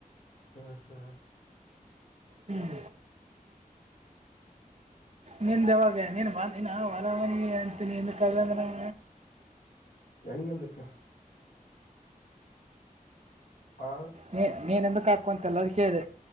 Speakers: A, on the left (about 70°); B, on the right (about 45°).
A: ಹ್ಮ್ ಹ್ಮ್
B: ಹ್ಮ್ ನಿಂದಾವಾಗ ನೀನ್ ಬಂದಾ ಹೊಲ ಮನಿ ಅಂತ ಕಂದ ನ
A: ಹೆಂಗ ಹಿಂದಕ್ ಆ
B: ನೀ ನೀನ್ ಎಂದಕ್ಕ ಹಾಕ್ಕೋ ಅಂತಲ್ಲ ಅದಕ್ಕೆದ